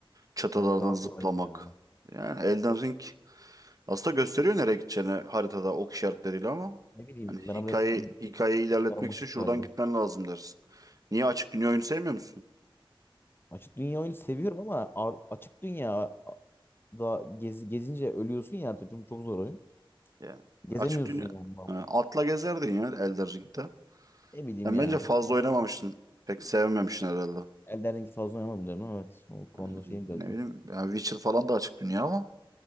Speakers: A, on the right (about 40°); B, on the left (about 25°).
A: Çatılardan
B: Bence daha
A: zıplamak.
B: kolaydı ya.
A: Yani Elden Ring aslında gösteriyor nereye gideceğini haritada ok işaretleriyle ama
B: Ne bileyim
A: hani
B: Bana
A: hikaye
B: biraz
A: hikayeyi ilerletmek
B: karmaşık
A: için şuradan
B: geldi.
A: gitmen lazım dersin. Niye açık dünya oyunu sevmiyor musun?
B: Açık dünya oyunu seviyorum ama ar- açık dünya da gez gezince ölüyorsun ya artık çünkü çok zor oyun.
A: Yani
B: Gezemiyorsun
A: açık dünya
B: yani vallahi.
A: Ha, atla gezerdin ya Elden Ring'de.
B: Ne bileyim
A: Sen
B: ya
A: bence fazla
B: çok şey yapmadım.
A: oynamamışsın. Pek sevmemişsin herhalde.
B: Elden Ring'i fazla oynamadım derim ama evet. O konuda
A: Yani
B: şeyim biraz
A: ne
B: da.
A: bileyim yani Witcher falan da açık dünya ama